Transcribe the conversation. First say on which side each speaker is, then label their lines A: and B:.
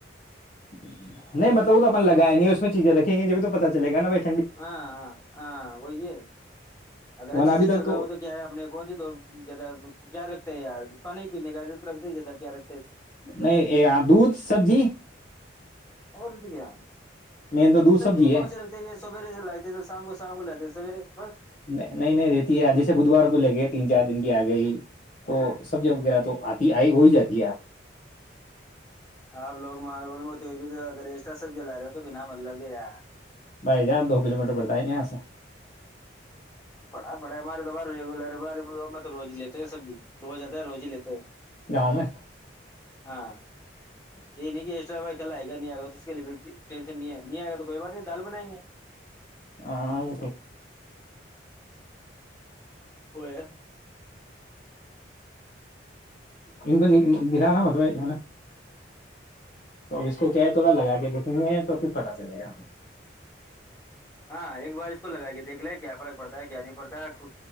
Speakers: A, on the left (about 45°); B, on the left (about 15°).
A: نہیں مطلب وہ تو اپن لگائیں گے اس میں چیزیں رکھیں گے جبھی تو پتا چلے گا نا ب
B: ہاں ہاں ہاں وہی ہے اگر اچھے
A: ورنہ ابھی
B: سے
A: تک
B: چل رہا ہو تو کیا ہے اپنے کونی دو جیادہ کیا رکھتا ہے یار کھانے ہی پینے کا رکھتا جیادہ <unintelligible>
A: نہیں یہ دودھ سبزی
B: اور کیا
A: مین تو دودھ سبزی
B: میں کون
A: ہے
B: سے رکھتے ہیں سویرے سے لاتے تو شام کو شام کو لاتے سویرے بس
A: نہیں نہیں رہتی ہے جیسے بدھوار کو لے کے تین چار دنی آ گئی تو سب وغیرہ تو آتی آئی ہو ہی جاتی ہے آپ
B: آپ لوگ مول میںتے ہو اگر رسٹا سب جلا رہے ہو تو بنا مطلب یہیار
A: بائی جان دو کلو مٹر پڑتا ہے نہیں آا
B: پڑھا پڑھا ہے ہمارے توبار ریگولر ہے تو روز ہی لیتے سبزی روز آتا ہے روز ہی لیتے ہیں
A: گاؤں میں
B: ہاں یہ نہیں کہسٹر بھائی کل آئے گا نہیں آئے گا تو اس کے لیے ٹینشن نہیں ہے نہیں آئے گا تو کوئی بات نہیں دال بنائیں گے
A: ہاں وہ تو
B: ہو ہے
A: ان کو د تھا نا متبائی نا تو اب اس کو کیا ہے تھوڑا لگا کے دئے ہیں تو پھر پتا چلے گا
B: ہاں ایک بار اس کو لگا کے دیکھ لے کیا فرق پڑتا ہے کیا نہیں پڑتا ہے